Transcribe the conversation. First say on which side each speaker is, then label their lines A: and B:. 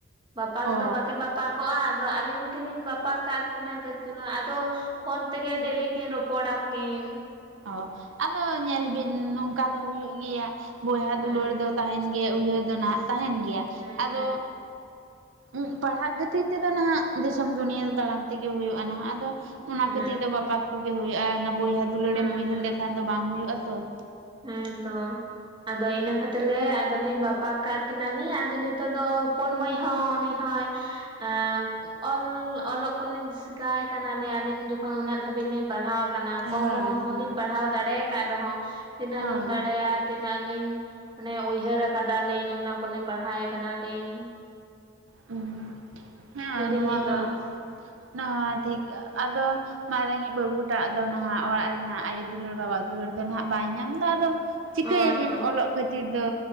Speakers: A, on the right; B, on the right.
A: ᱵᱟᱯᱟᱠ
B: ᱚ
A: ᱫᱚ ᱵᱟᱠᱤᱱ ᱵᱟᱯᱟᱠ ᱵᱟᱯᱟᱠᱜᱼᱟ ᱟᱫᱚ ᱟᱹᱞᱤᱧ ᱜᱮᱞᱤᱧ ᱵᱟᱯᱟᱠ ᱠᱟᱜ ᱠᱤᱱᱟᱹ ᱠᱟᱹᱪ ᱪᱩᱞᱩᱝ ᱟᱫᱚ ᱯᱷᱳᱱ ᱛᱮᱜᱮ ᱰᱮᱞᱤ ᱠᱤᱱ ᱨᱚᱯᱚᱲᱟᱠᱤᱱ ᱾
B: ᱚ ᱟᱫᱚ ᱧᱮᱞ ᱵᱤᱱ ᱱᱚᱝᱠᱟ ᱫᱚ ᱦᱩᱭᱩᱜ ᱜᱮᱭᱟ ᱵᱚᱭᱦᱟ
A: ᱦᱮᱸ
B: ᱫᱩᱞᱟᱹᱲ ᱫᱚ ᱛᱟᱦᱮᱱ ᱜᱮᱭᱟ ᱩᱭᱦᱟᱹᱨ ᱫᱚ ᱱᱟᱦᱟᱜ ᱛᱟᱦᱮᱱ ᱜᱮᱭᱟ
A: ᱦᱮᱸ
B: ᱟᱫᱚ
A: ᱦᱮᱸ
B: ᱩᱜ ᱯᱟᱲᱦᱟᱜ ᱠᱷᱟᱹᱛᱤᱨ ᱛᱮᱫᱚ ᱱᱟᱦᱟᱜ ᱫᱤᱥᱚᱢ ᱫᱩᱱᱤᱭᱟᱹ ᱫᱟᱸᱬᱟᱱ ᱛᱮᱜᱮ ᱦᱩᱭᱩᱜᱼᱟ ᱱᱟᱦᱟᱜ ᱟᱫᱚ ᱚᱱᱟ
A: ᱦᱮᱸ
B: ᱠᱷᱟᱹᱛᱤᱨ ᱫᱚ ᱵᱟᱯᱟᱠ ᱠᱚᱜᱮ ᱦᱩᱭᱩᱜᱼᱟ ᱚᱱᱟ ᱵᱚᱭᱦᱟ ᱫᱩᱞᱟᱹᱲᱮᱢ
A: ᱦᱮᱸ
B: ᱩᱭᱦᱟᱹᱨ ᱞᱮᱠᱷᱟᱱ ᱫᱚ ᱵᱟᱝ ᱦᱩᱭᱩᱜᱼᱟ ᱛᱚ ᱾
A: ᱦᱮᱸᱻ ᱛᱚ ᱾ ᱟᱫᱚ ᱤᱱᱟᱹ ᱠᱷᱟᱹᱛᱤᱨ ᱜᱮ ᱟᱫᱚᱞᱤᱧ ᱵᱟᱯᱟᱠ ᱠᱟᱜ ᱠᱤᱱᱟᱞᱤᱧ ᱟᱫᱚ ᱱᱤᱛᱚᱜ ᱫᱚ ᱦᱚᱯᱚᱱ ᱢᱟᱹᱭ ᱦᱚᱸ ᱩᱱᱤ ᱦᱳᱭ ᱾ ᱟᱻ ᱚᱞ ᱚᱞᱚᱜ ᱠᱚᱞᱤᱧ ᱥᱤᱠᱟᱭᱮ ᱠᱟᱱᱟᱞᱤᱧ ᱟᱹᱞᱤᱧ ᱡᱚᱠᱷᱚᱱ ᱩᱱᱟᱹᱜ ᱫᱷᱟᱹᱵᱤᱡ ᱞᱤᱧ ᱯᱟᱲᱦᱟᱣ ᱠᱟᱱᱟ
B: ᱦᱮᱸ
A: ᱠᱚᱢ ᱦᱚᱸᱞᱤᱧ ᱯᱟᱲᱦᱟᱣ ᱫᱟᱲᱮ ᱟᱠᱟᱫ ᱨᱮᱦᱚᱸ ᱛᱤᱱᱟᱹᱜ
B: ᱦᱮᱸ
A: ᱞᱤᱧ ᱵᱟᱰᱟᱭᱟ ᱟ ᱛᱤᱱᱟᱹᱜ ᱞᱤᱧ ᱢᱟᱱᱮ ᱩᱭᱦᱟᱹᱨ ᱟᱠᱟᱫᱟᱞᱤᱧ ᱚᱱᱟ ᱠᱚᱞᱤᱧ ᱯᱟᱲᱦᱟᱣ ᱠᱟᱱᱟᱞᱤᱧ ᱾
B: ᱦᱩᱸᱻ ᱦᱮᱸ
A: ᱦᱩᱰᱤᱧᱤᱡ
B: ᱱᱚᱣᱟ ᱦᱚᱸ
A: ᱫᱚ
B: ᱱᱚᱣᱟ ᱦᱚᱸ ᱴᱷᱤᱠ ᱟᱫᱚ ᱢᱟᱨᱟᱝᱤᱡ ᱵᱟᱹᱵᱩ ᱴᱟᱜ ᱫᱚ ᱱᱟᱦᱟᱜ ᱚᱲᱟᱜ ᱨᱮᱱᱟᱜ ᱟᱭᱳ ᱫᱩᱞᱟᱹᱲ ᱵᱟᱵᱟ ᱫᱩᱞᱟᱹᱲ ᱫᱚ ᱱᱟᱦᱟᱜ ᱵᱟᱭ ᱧᱟᱢ ᱫᱟ ᱟᱫᱚ ᱾ ᱪᱤᱠᱟᱹᱭᱟᱵᱤᱱ
A: ᱦᱚᱸ ᱦᱚᱸ
B: ᱚᱞᱚᱜ ᱠᱷᱟᱹᱛᱤᱨ ᱫᱚ